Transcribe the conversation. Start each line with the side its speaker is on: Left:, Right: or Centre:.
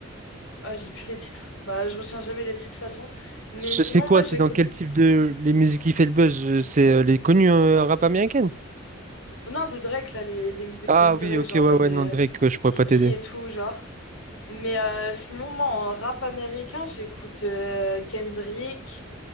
Left: Ah, j'ai plus les titres. Bah, je retiens jamais les titres de toute façon. Mais
Right: Je
Left: sinon,
Right: sais quoi,
Left: moi, j'écoute
Right: c'est dans quel type de les musiques qui fait le buzz? euh, C'est euh, les connus euh, rap américaines?
Left: Ou non, de Drake, là, les, les musiques
Right: Ah
Left: connues de Drake,
Right: oui, ok,
Left: genre
Right: ouais,
Left: en mode
Right: ouais,
Left: euh,
Right: non, Drake, ouais, je pourrais
Left: Kiki
Right: pas t'aider.
Left: et tout, genre. Mais euh, sinon, moi, en rap américain, j'écoute euh, Kendrick,